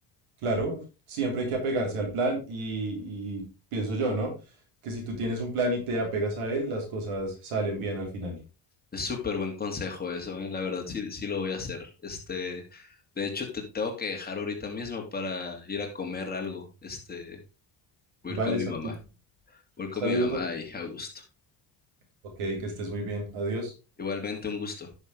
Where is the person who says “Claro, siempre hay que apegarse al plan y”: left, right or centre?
Right